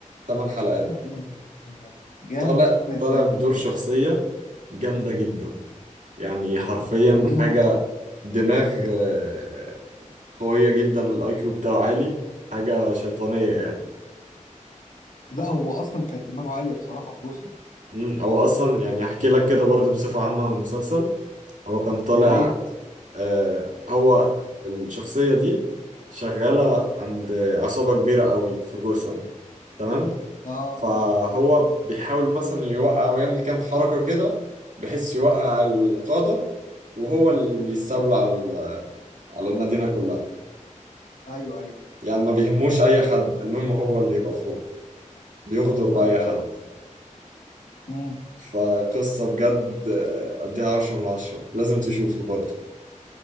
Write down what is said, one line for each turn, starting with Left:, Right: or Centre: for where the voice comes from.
Right: ثمان حلقات
Left: يا ابن اللعيبه جامد
Right: طالع طالع
Left: ده
Right: بدور شخصية جامدة جدا يعني حرفيا
Left: مم.
Right: حاجة دماغ آه، قوية جدا الاي كيو بتاعه عالي حاجة شيطانية يعني
Left: لا هو اصلا كان دماغه عاليه بصراحه في جوثام
Right: مم، هو اصلا يعني هحكي لك كده برضه بصفة عامة عن المسلسل هو كان طالع
Left: يا ريت
Right: آه، هو الشخصية دي شغالة عند عصابة كبيرة قوي في جوثام تمام
Left: اه
Right: فهو
Left: اه
Right: بيحاول مثلا يوقع ويعمل كام حركة كده بحيث يوقع القادة وهو اللي يستولى
Left: عشان
Right: على ال- على المدينة كلها
Left: ايوه ايوه
Right: يعني ما بيهموش أي حد المهم هو اللي يبقى فوق بيغدر بأي
Left: فاهمك
Right: حد
Left: اه مم.
Right: فقصة بجد آه، أديها عشرة من عشرة لازم تشوفه برضه